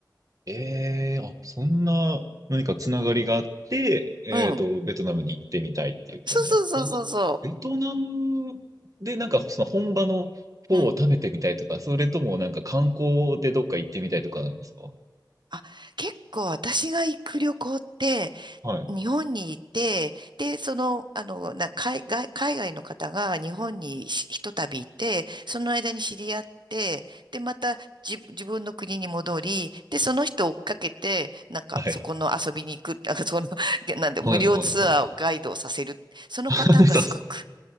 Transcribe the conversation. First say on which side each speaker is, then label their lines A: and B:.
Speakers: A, on the right; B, on the right.
A: ええあ、そんな何かつながりがあって、えっと、
B: うん、
A: ベトナムに行ってみたいっていう感じなんですなんか、
B: そうそうそうそうそ
A: ベトナムでなんかその本場のフォーを食べてみたいとか、
B: う、うん。
A: それともなんか観光でどっか行ってみたいとかなんですか
B: あ、結構私が行く旅行って、
A: はい。
B: 日本にいて、で、その、あの、な、海外、海外の方が日本にひひとたびいて、その間に知り合って、で、また自、自分の国に戻り、で、その人を追っかけて、なんか、
A: はい。
B: そこの遊びに行く、なんか、その、<laughs> なんで、
A: はいはいはいは
B: 無料ツアーをガイドをさせる。そのパターンがすごく、
A: い。<laughs> さす